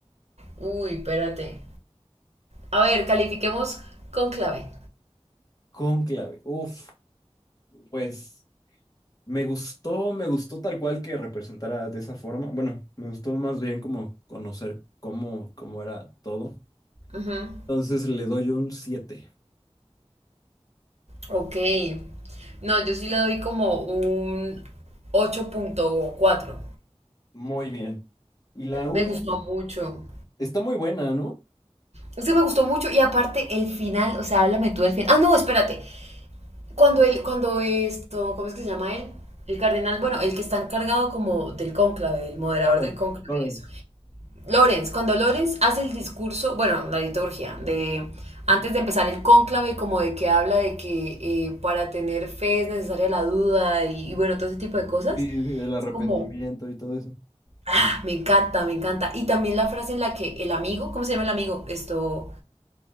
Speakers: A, on the right; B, on the left.
A: uy, espérate. A ver, califiquemos con clave.
B: Cónclave. Uf, pues me gustó, me gustó tal cual que representara de esa forma. Bueno, me gustó más bien como conocer cómo, cómo era todo.
A: Ujú.
B: Entonces le doy un siete
A: Ok. No, yo sí le doy como un ocho punto cuatro
B: Muy bien. Y la última.
A: Me gustó mucho.
B: Está muy buena, ¿no?
A: Es que me gustó mucho y aparte el final, o sea, háblame tú del final. Ah, no, espérate. Cuando él, cuando esto, ¿cómo es que se llama él? El cardenal, bueno, el que está encargado como del cónclave, el moderador
B: Lawrence,
A: del cónclave
B: Lawrence.
A: y eso. Lorenz, cuando Lorenz hace el discurso, bueno, la liturgia, de antes de empezar el cónclave, como de que habla de que eh, para tener fe es necesaria la duda y, y bueno, todo ese tipo de cosas.
B: Sí, sí, el arrepentimiento
A: Es como,
B: y todo eso.
A: ah, me encanta, me encanta. Y también la frase en la que el amigo, ¿cómo se llama el amigo? Esto,